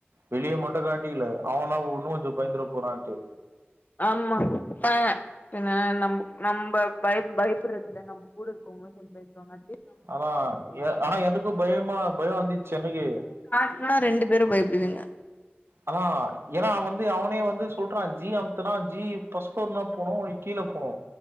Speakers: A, on the right; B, on the left.
A: வெளிய மட்டு காட்டிக்கில அவனா ஒன்னு கொஞ்சோ பய்ந்துர போறான்ட்டு
B: ஆமா பா ஏன்னா நம் நம்ப பய பயப்பறதுதா நம்ப கூட இருக்குவங்களு சேந்து பயந்த்றுவாங்க
A: ஆனா எ ஆனா எனக்கு பயமா பயோ வந்துச்சு எனக்கு
B: ஆனா ரெண்டு பேரு பய்ப்டுவிங்க
A: அதா ஏன்னா வந்து அவனே வந்து சொல்றா ஜி அம்த்துனா ஜி ஃபஸ் ஃபுளோர்னா போனு கீழ போனு